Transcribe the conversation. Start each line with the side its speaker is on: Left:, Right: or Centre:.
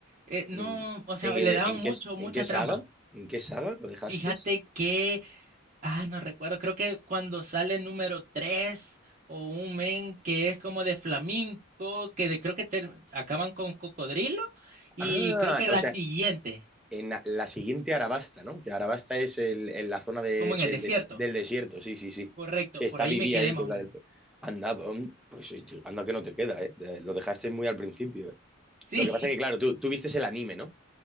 Right: eh, no,
Centre: ¿En,
Right: o sea,
Centre: en-
Right: le daban
Centre: en
Right: mucho,
Centre: qué,
Right: mucha
Centre: en qué saga?
Right: trama.
Centre: ¿En qué saga lo dejaste?
Right: Fíjate que, ah, no recuerdo, creo que cuando sale número 3 o un men que es como de flamenco, que de- creo que ter- acaban con cocodrilo y
Centre: Ah,
Right: creo que la
Centre: o sea,
Right: siguiente,
Centre: en la, la siguiente Arabasta, ¿no? Que Arabasta es el- en la zona de-
Right: como en
Centre: del,
Right: el desierto.
Centre: des- del desierto, sí, sí, sí.
Right: Correcto,
Centre: Que está
Right: por ahí
Centre: Vivi
Right: me quedé
Centre: ahí,
Right: más
Centre: que es
Right: o
Centre: la
Right: menos.
Centre: del... Anda, pues anda que no te queda, ¿eh? Te- Lo dejaste muy al principio,
Right: Sí.
Centre: Lo que pasa es que, claro, tú, tú vistes el anime, ¿no?